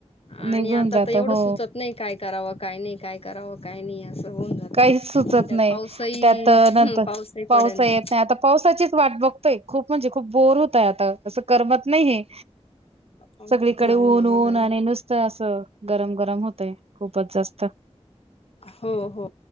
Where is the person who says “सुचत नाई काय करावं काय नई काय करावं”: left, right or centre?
Left